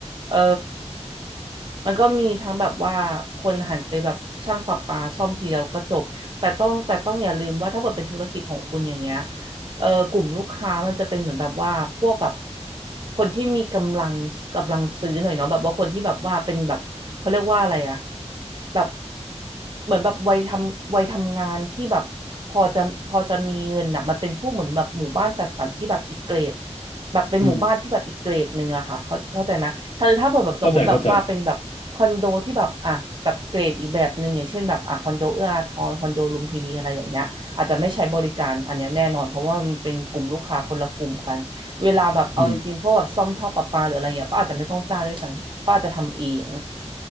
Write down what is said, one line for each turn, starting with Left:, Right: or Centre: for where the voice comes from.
Right: เออมันก็มีทั้งแบบว่าคนหันไปแบบช่างประปาซ่อมทีเดียวก็จบแต่ต้องแต่ต้องอย่าลืมว่าถ้าเกิดเป็นธุรกิจของคุณอย่างเงี้ย เออกลุ่มลูกค้ามันจะเป็นเหมือนแบบว่าพวกแบบคนที่มีกำลังกำลังซื้อหน่อยเนาะแบบว่าคนที่แบบว่าเป็นแบบเขาเรียกว่าอะไรอะแบบเหมือนแบบวัยทำวัยทำงานที่แบบพอจะพอจะมีเงินอะมันเป็นพวกเหมือนแบบหมู่บ้านจัดสรรที่แบบอีกเกรดแบบเป็นหมู่บ้านที่แบบอีกเกรดหนึ่งอะค่ะเขาเข้าใจไหมถ้าถ้าเปิดแบบสมมติแบบว่าเป็นแบบคอนโดที่แบบอ่ะแบบเกรดอีกแบบหนึ่งอย่างเช่นแบบอ่ะคอนโดเอื้ออาทรคอนโดลุมพินีอะไรอย่างเงี้ย
Left: อืมเข้าใจเข้าใจ
Right: อาจจะไม่ใช้บริการอันนี้แน่นอนเพราะว่ามันเป็นกลุ่มลูกค้าคนละกลุ่มกันเวลาแบบเอาจริงๆพวกแบบซ่อมท่อประปาหรืออะไรอย่างเงี้ยก็อาจจะไม่ต้องจ้างด้วยซ้ำก็อาจจะทำเอง
Left: อืม